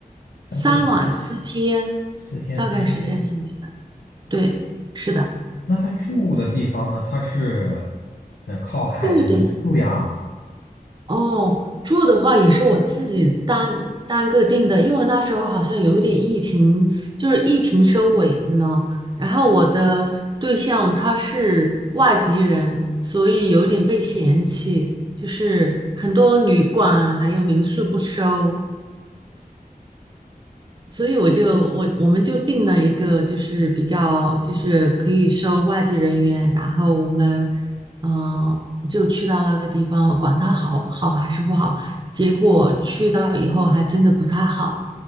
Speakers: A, on the left; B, on the right.
A: 三天两
B: 三晚四天，
A: 四天三夜。
B: 大概是这样子的。对，是的，
A: 那他住的地方呢？他是嗯靠海的民宿呀？
B: 住的哦，住的话也是我自己单单个订的，因为那时候好像有一点疫情，就是疫情收尾呢。然后我的对象他是外籍人，所以有点被嫌弃，就是很多旅馆还有民宿不收。所以我就我我们就定了一个，就是比较就是可以收外籍人员，然后我们嗯、呃就去到那个地方，管它好好还是不好，结果去到以后还真的不太好。